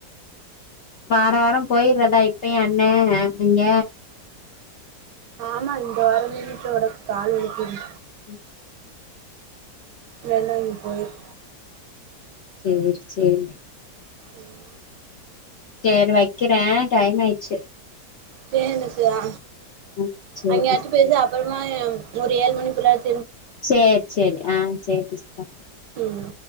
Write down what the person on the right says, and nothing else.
ஆமா இந்த வாரம் மீட்டோட கால் வலிக்குது
வேணா நீ போயிரு
உம்
சேரிங்க சுதா
அங்கயாச்சும் பேசு அப்புறமா ஒரு ஏழு மணிக்குள்ள
ம்